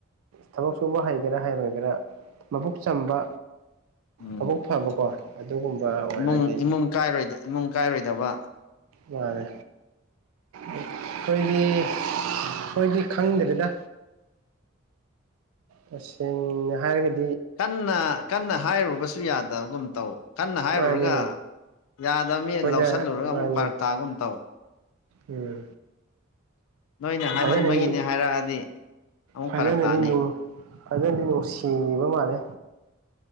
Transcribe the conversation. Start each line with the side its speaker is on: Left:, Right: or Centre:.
Right: ꯊꯕꯛ ꯁꯨꯕ ꯍꯩꯒꯦꯔꯥ ꯍꯩꯔꯣꯏꯒꯦꯔꯥ ꯃꯕꯨꯛ ꯆꯝꯕ
Left: ꯎꯝ
Right: ꯃꯕꯨꯛ ꯐꯕꯀꯣ ꯑꯗꯨꯒꯨꯝꯕ ꯑꯣꯏꯔꯒꯗꯤ
Left: ꯏꯃꯨꯡ ꯏꯃꯨꯡ ꯀꯥꯏꯔꯣꯏꯗ ꯏꯃꯨꯡ ꯀꯥꯏꯔꯣꯏꯗꯕ
Right: ꯃꯥꯅꯦ ꯑꯩꯈꯣꯏꯗꯤ ꯑꯩꯈꯣꯏꯗꯤ ꯈꯪꯗ꯭ꯔꯦꯗ ꯇꯁꯦꯡꯅ ꯍꯥꯏꯔꯒꯗꯤ
Left: ꯀꯟꯅ ꯀꯟꯅ ꯍꯥꯏꯔꯨꯕꯁꯨ ꯌꯥꯗꯕꯒꯨꯝ ꯇꯧ ꯀꯟꯅ ꯍꯥꯏꯔꯨꯔꯒ
Right: ꯃꯥꯅꯦ
Left: ꯌꯥꯗꯕ ꯃꯤꯅ
Right: ꯑꯩꯈꯣꯏꯗ
Left: ꯂꯧꯁꯤꯜꯂꯨꯔꯒ
Right: ꯃꯥꯅꯦ
Left: ꯑꯃꯨꯛ ꯐꯔꯛ ꯇꯥꯒꯨꯝ ꯇꯧ
Right: ꯎꯝ
Left: ꯅꯣꯏꯅꯦ
Right: ꯐꯖꯅꯗꯤ
Left: ꯍꯥꯏꯃꯟꯕꯒꯤꯅꯤ ꯍꯥꯏꯔꯛꯑꯗꯤ ꯑꯃꯨꯛ
Right: ꯐꯖꯅꯗꯤ
Left: ꯐꯔꯛ ꯇꯥꯅꯤ
Right: ꯅ ꯐꯖꯅꯗꯤ ꯅꯨꯡꯁꯤꯕꯤꯕ ꯃꯥꯜꯂꯦ